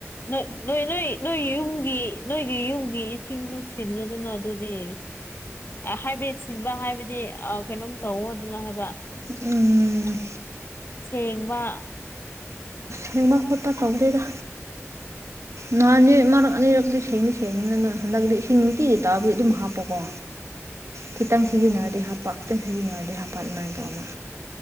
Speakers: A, on the left; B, on the right.
A: ꯅꯣꯏ ꯅꯣꯏ ꯅꯣꯏ ꯅꯣꯏ ꯌꯨꯝꯒꯤ ꯅꯣꯏꯒꯤ ꯌꯨꯝꯒꯤ ꯏꯁꯤꯡꯗꯨ ꯁꯤꯜꯂꯨꯗꯅ ꯑꯗꯨꯗꯤ ꯍꯥꯏꯕꯦꯠ ꯁꯤꯟꯕ ꯍꯥꯏꯕꯗꯤ ꯀꯩꯅꯣꯝ ꯇꯧꯋ ꯑꯗꯨꯅ ꯍꯥꯏꯕ꯫
B: ꯍꯨꯝꯎꯝ
A: ꯁ‌ꯦꯡꯕ
B: ꯁꯦꯡꯕ ꯈꯣꯠꯄ ꯇꯧꯗꯦꯗ ꯅꯍꯥꯟꯅꯤ
A: ꯎꯝ
B: ꯃꯔꯛ ꯑꯅꯤꯔꯛꯇ ꯁꯦꯡꯃꯤꯁꯤ ꯊꯦꯡꯕꯅꯤꯅ ꯑꯗꯨꯝ ꯍꯟꯗꯛꯇꯗꯤ ꯏꯁꯤꯡ ꯅꯨꯡꯇꯤꯒꯤ ꯇꯥꯔꯗꯤ ꯑꯗꯨꯝ ꯍꯥꯞꯄꯀꯣ꯫ ꯈꯤꯇꯪ
A: ꯎꯝ
B: ꯁꯤꯖꯤꯟꯅꯔꯗꯤ ꯍꯥꯄꯛ ꯈꯤꯇꯪ ꯁꯤꯖꯤꯟꯅꯔꯗꯤ ꯍꯥꯄꯛ ꯑꯗꯨꯃꯥꯏꯅ ꯇꯧꯕ꯫